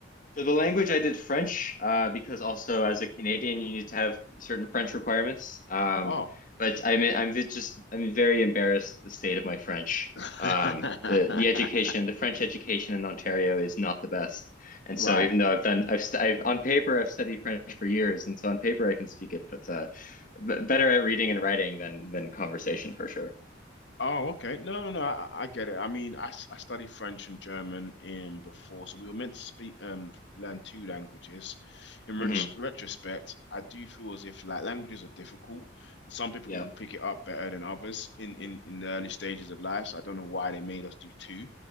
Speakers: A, on the left; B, on the left.
A: For the language, I did French uh, because also as a Canadian, you need to have certain French requirements. Um,
B: Oh.
A: but I'm I'm vi- just I'm very embarrassed the state of my French.
B: <laughs>
A: Um, the the education, the French education in Ontario is not the best. And
B: Right.
A: so even though I've done I've, st I've on paper I've studied French for years, and so on paper I can speak it, but uh, b better at reading and writing than than conversation for sure.
B: Oh, okay. No, no, no. I, I get it. I mean, I, s- I studied French and German in before, so we were meant to speak um learn two languages. In ret
A: hmm
B: retrospect, I do feel as if like languages are difficult, and some people
A: Yeah.
B: will pick it up better than others in in in the early stages of life. So I don't know why they made us do two,